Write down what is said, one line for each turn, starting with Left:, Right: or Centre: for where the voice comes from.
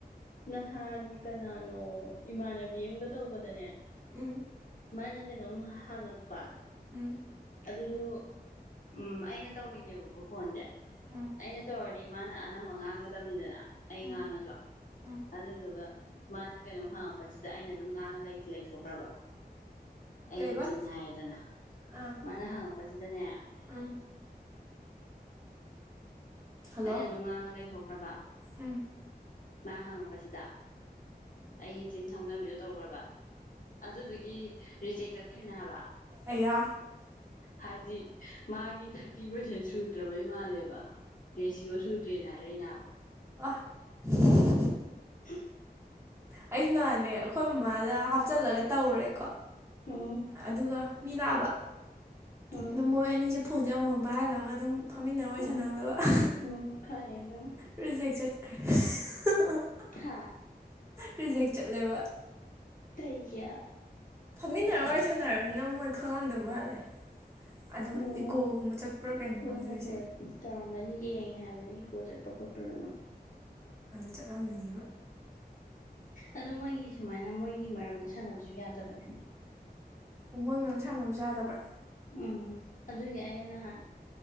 Left: ꯅꯍꯥꯟ ꯀ ꯀꯅꯥꯅꯣ ꯏꯃꯥꯟꯅꯕꯤ ꯑꯃꯝꯒ ꯇꯧꯕꯗꯅꯦ
Right: ꯎꯝ
Left: ꯃꯥꯥꯅ ꯀꯩꯅꯣꯝ ꯍꯥꯡꯉꯛꯄ
Right: ꯎꯝ
Left: ꯑꯗꯨꯁꯨ ꯎꯝ ꯑꯩꯅ ꯇꯧꯔꯤꯅꯦꯕꯀꯣ ꯐꯣꯟꯁꯦ
Right: ꯎꯝ
Left: ꯑꯩꯅ ꯇꯧꯔ <unintelligible> ꯃꯥꯅ ꯑꯅꯝꯕ ꯉꯥꯡꯒꯗꯕꯅꯤꯗꯅ ꯑꯩ
Right: ꯎꯝ
Left: ꯉꯥꯡꯉꯁꯨ
Right: ꯎꯝ
Left: ꯑꯗꯨꯗꯨꯒ ꯃꯥꯅ ꯀꯩꯅꯣꯝ ꯍꯪꯉꯛꯄꯁꯤꯗ ꯑꯩꯅ ꯑꯗꯨꯝ ꯉꯥꯡꯉ ꯂꯩ ꯂꯩꯊꯣꯛꯈ꯭ꯔꯕ ꯑꯩꯒꯤ
Right: ꯀꯩꯕ
Left: ꯆꯤꯟ ꯍꯥꯏꯔꯦꯗꯅ
Right: ꯑꯥ
Left: ꯃꯥꯅ ꯍꯪꯉꯛꯄꯁꯤꯗꯅꯦ
Right: ꯎꯝ ꯍꯜꯂꯣ
Left: ꯑꯩꯅ ꯑꯗꯨꯝ ꯉꯥꯡꯉ ꯂꯩꯊꯣꯛꯈ꯭ꯔꯕ
Right: ꯎꯝ
Left: ꯃꯥ ꯍꯪꯉꯛꯄꯁꯤꯗ ꯑꯩꯒꯤꯆꯤꯟ ꯍꯧꯅꯕꯤꯗꯣ ꯇꯧꯒ꯭ꯔꯕ ꯑꯗꯨꯗꯨꯒꯤ ꯔꯤꯖꯦꯛ ꯆꯠꯈ꯭ꯔꯤꯅꯦ ꯍꯥꯏꯕ
Right: ꯑꯌꯥ
Left: ꯍꯥꯏꯗꯤ ꯃꯥꯒꯤ ꯊꯔꯇꯤ ꯄꯥꯔꯁꯦꯟ ꯁꯨ ꯁꯨꯗ꯭ꯔꯕꯩ ꯃꯥꯜꯂꯦꯕ ꯔꯦꯁꯤꯌꯣ ꯁꯨꯗ꯭ꯔꯦꯅ ꯍꯥꯏꯔꯛꯏꯅꯦ ꯑꯥꯕ
Right: ꯑ <unintelligible>
Left: <inaudible>
Right: ꯑꯩꯁꯨ ꯅꯍꯥꯟꯅꯦ ꯑꯈꯣꯏꯃꯥꯗ ꯍꯥꯞꯆꯜꯂꯒ ꯇꯧꯔꯦꯀꯣ
Left: ꯎꯝ
Right: ꯑꯗꯨꯒ ꯃꯤ ꯂꯥꯛꯑꯕ
Left: ꯎꯝ
Right: ꯑꯗꯣ ꯃꯣꯏ ꯑꯅꯤꯁꯦ ꯐꯣꯟꯁꯦ ꯑꯃꯃꯝ ꯄꯥꯏꯍꯜꯂꯒ ꯑꯗꯨꯝ ꯐꯝꯃꯤꯟꯅꯔ ꯋꯥꯔꯤ
Left: ꯎꯝ
Right: ꯁꯥꯟꯅꯍꯜꯂꯕ <unintelligible>
Left: ꯎꯝ ꯐꯔꯦ ꯑꯗꯨꯅ
Right: ꯔꯤꯖꯦꯛ ꯆꯠꯈ꯭ꯔꯦ <unintelligible>
Left: ꯍꯥꯥ
Right: ꯔꯤꯖꯦꯛ ꯆꯠꯂꯦꯕ
Left: ꯀꯩꯒꯤ
Right: ꯃꯤꯟꯅꯔ ꯋꯥꯔꯤ ꯁꯥꯟꯅꯔꯕꯃꯤꯅ ꯃꯣꯏ ꯈꯪꯉꯝꯗꯣꯏ ꯃꯥꯜꯂꯦ ꯑꯗꯨꯝ
Left: ꯑꯣ
Right: ꯏꯀꯣꯒꯨꯝꯕ ꯆꯠꯄ꯭ꯔꯥ ꯀꯩꯅꯣ
Left: ꯍꯣꯏ
Right: ꯈꯪꯗꯦ
Left: ꯍꯣꯏ
Right: ꯔꯤꯖꯦꯛ
Left: ꯍꯣꯏ ꯇꯧꯔꯝꯒꯅꯤ ꯌꯦꯡꯉꯦ ꯍꯥꯏꯕꯅꯤ ꯏꯀꯣ ꯆꯠꯄ ꯈꯣꯠꯄ <unintelligible>
Right: ꯆꯠꯂꯝꯅꯤꯕ
Left: ꯑꯗꯨ ꯃꯣꯏꯒꯤ ꯁꯨꯃꯥꯏꯅ ꯃꯣꯏꯒꯤ ꯒꯤ ꯃꯔꯝꯗ ꯁꯥꯟꯅꯕꯁꯨ ꯌꯥꯗꯕꯅꯦ
Right: ꯑꯣ ꯃꯣꯏ ꯃꯔꯝ ꯁꯥꯟꯅꯕꯁꯨ ꯌꯥꯗꯕ꯭ꯔ
Left: ꯎꯝ ꯑꯗꯨꯒꯤ ꯑꯩꯅ ꯅꯍꯥꯟ